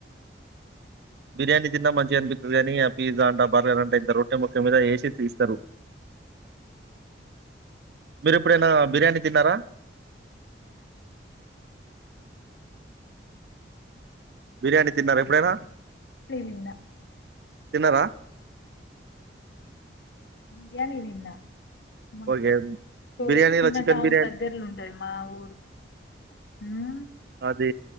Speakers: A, on the right; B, on the left.
A: బిర్యానీ తిన్నా మంచిగా అనిపితది కానీ ఆ పిజ్జా అన్న బర్గర్ అన్న పెద్ద రొట్టె ముక్క మీద ఏసీ ఇంతిస్తారు మీరు ఎపుడైనా బిర్యానీ తిన్నరా బిర్యానీ తిన్నర ఎప్పుడైనా
B: నేన్ తిన్న
A: తిన్నారా?
B: బిర్యానీ తిన్న మాకు
A: ఓకే.
B: తోరు
A: బిర్యానీలో
B: చిన్న
A: చికెన్
B: టౌన్
A: బిర్యానీ
B: దగ్గర్లుంటది మా ఊరు హా
A: అది